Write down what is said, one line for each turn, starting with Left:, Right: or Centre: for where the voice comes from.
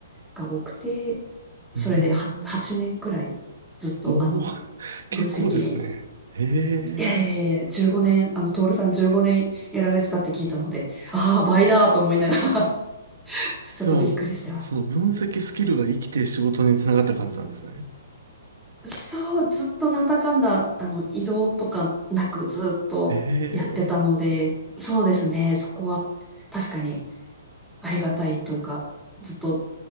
Centre: が多くて、それでは8、
Right: うーん。
Centre: 年くらいずっと、
Right: おお、
Centre: あの、
Right: 結構ですね。
Centre: 分析
Right: へ
Centre: いやいやいや15年、
Right: え。
Centre: あの、トールさん15年やられてたって聞いたので、ああ、倍だと思いながら <laughs> ちょっとびっくりしてました。
Right: でも、その分析スキルが生きて仕事につながった感じなんですね。
Centre: そう、ずっとなんだかんだ、あの、移動とかなくずっとやってたので、
Right: へえ。
Centre: そうですね、そこは確かにありがたいというか、ずっと、